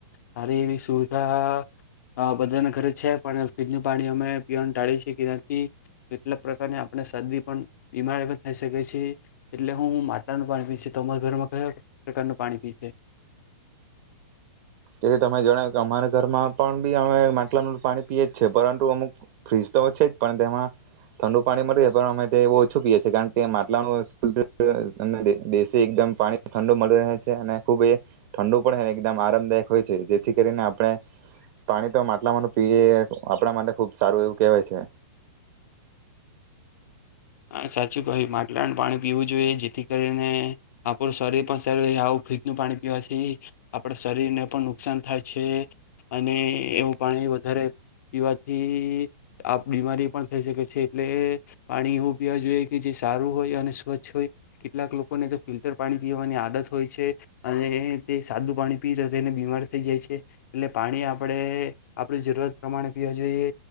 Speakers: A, on the left; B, on the right.
A: સારી એવી સુવિધા બધાના, ઘરે છે પણ ફ્રીજનું પાણી અમે પીવાનું ટાળી છીએ કે નથી, કેટલાક પ્રકારની આપણે શરદી પણ બીમાર પણ થઈ શકે છેએ, એટલે હું માટલાનું પાણી પી છ તો અમારા ઘરમાં કયા પ્રકારનું પાણી પીશે?
B: તેથી તમે જણાવ્યું કે અમારા ઘરમાં પણ બી અમે માટલાનું પાણી પીએ જ છે પરંતુ અમુક ફ્રીજ તો છે જ પણ તેમાં ઠંડુ પાણી મળી રહે પણ અમે તે ઓછું પીએ છીએ કારણ કે માટલાનું દેશી એકદમ પાણી ઠંડુ મળી રહે છે અને ખુબ એ ઠંડુ પણ હને એકદમ આરામદાયક- હોય છે જેથી કરીને આપણે, પાણી તો માટલામાંનું પીએ આપણા માટે ખુબ સારું એવું કહેવાય છે.
A: હા સાચું કહ્યું માટલાનું પાણી પીવું જોઈએ, જેથી કરીને આપણું શરીર પણ સારું રહે, આવું ફ્રીજનું પાણી પીવાથી આપણા શરીરને પણ નુકસાન થાય છે. અને એવું પાણી વધારે પીવાથી થી આ બીમારી પણ થઈ શકે છે એટલે પાણી <unintelligible> પીવા જોઈએ કે જે સારું હોય અને સ્વચ્છ હોય. કેટલાક લોકોને તો ફિલ્ટર પાણી પીવાની આદત હોય છે, અને તે સાદું પાણી પી જાય તો તેને બીમાર થઈ જાય છે, એટલે પાણી આપણે આપણી જરૂરત પ્રમાણે પીવા જોઈએ,